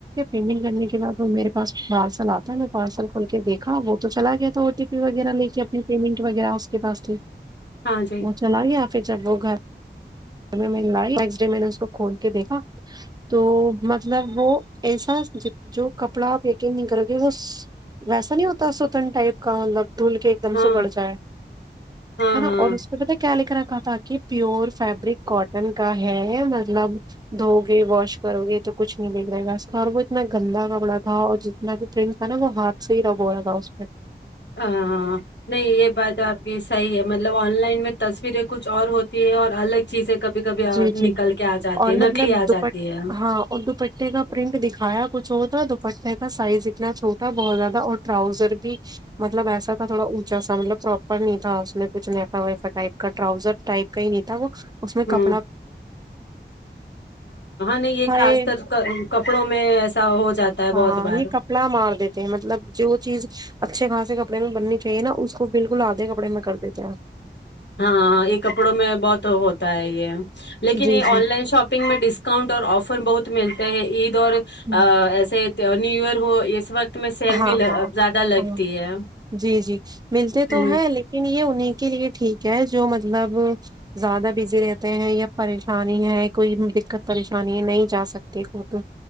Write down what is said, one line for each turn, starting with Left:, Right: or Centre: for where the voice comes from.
Right: پیننگ کرنے کے بع وہ میرے پاس پارسل آتا ہے میں پارسل کھل کے دیکھ ہاں وہ تو چلا گیا تھا او ٹی پی وغیرہ لے کے اپنی پیمنٹ وغیرہ اس کے پاس ل
Left: ہاں جی،
Right: وہ چلا آ گیا آپ <unintelligible> پھر جب وہ گھر نیکسٹ ڈے میں نے اس کو کھول کے دیکھا تو مطلب وہ ایسا جو کپڑا آپ یکنگ نہیں کرو گے وہ ویسا نہیں ہوتا سوتن ٹائپ کا مطلب دھول کے ایک دم
Left: ہاں،
Right: سے بڑھ جائے
Left: ہاں،
Right: ہے نا
Left: ہاں،
Right: اور اس پی پتا کیا لکھ رہ تاک پیور فیبرک کاٹن کا ہے مطلب دھو گے واش کرو گے تو کچھ نہیں بگڑے گا اس کا اور وہ اتنا گندا کپڑا تھا اور جتنا بھی پرنٹ تھا نا وہ ہاتھ سے ہی رب ہو رہا تھا اس پ
Left: ہاں نہیں یہ بات آپ کی صحیح ہے مطلب آن لائن میں تصویریں کچھ اور ہوتی ہے اور الگ چیزیں کبھی کبھی آ
Right: جی جی
Left: نکل کے آ جاتی
Right: اور
Left: ہے
Right: مطلب
Left: نکلی آ
Right: دوپٹ
Left: جاتی ہے
Right: ہاں اور دوپٹے کا پرنٹ دکھایا کچھ اور تھا دوپٹے کا سائز اتنا چھوٹا بہت زیادہ اور ٹراؤزر بھی مطلب ایسا تھا تھوڑا اونچا سا مطلب پراپر نہیں تھا اس میں کچھ نفا ویفا ٹائپ کا راؤزر ٹائپ کا ہی نہیں تھا وہ اس میں
Left: ہوں
Right: ک
Left: ہاں نہیں یہ
Right: ہائے
Left: خاص کر کپڑوں میں ایسا ہو جاتا ہے بہت
Right: ہاں
Left: بار
Right: یہ کپڑا مار دیتے ہیں مطلب جو چیز اچھے خاصے کپڑے میں بننی چاہے نا اس کو بالکل آدھے کپڑے میں کر دیتے ہیں
Left: ہاں ہاں یہ کپڑوں میں بہت ہوتا ہے یہ لیکن
Right: جی
Left: یہ
Right: جی
Left: آن لائن شاپنگ میں ڈسکؤنٹ اور آفر بہت ملتے ہیں عید اور
Right: ہوں
Left: ایسے نیو ایئر ہو اس وقت میں سیل
Right: ہاں
Left: بھی ل
Right: ہاں
Left: زیادہ لگتی
Right: ہاں
Left: ہے
Right: جی جی ملتے
Left: ہ
Right: تو ہیں لیکن یہ انہیں کے لیے ٹھیک کیا جو مطلب زیادہ بزی رہتے ہیں یا پریشانی ہے کوئی دقت پریشانی ہے نہیں جا سکتی ہو تو